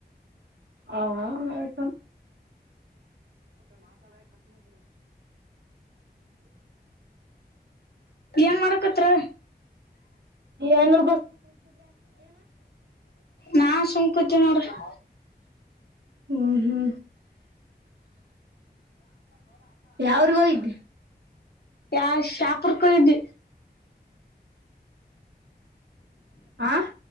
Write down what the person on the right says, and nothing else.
ಆ ತ
ಯನು
ಹ್ಮ್ ಹ್ಮ್ ಯಾವ್ರಗ ಹೋಗಿದ್ದೆ
ಆ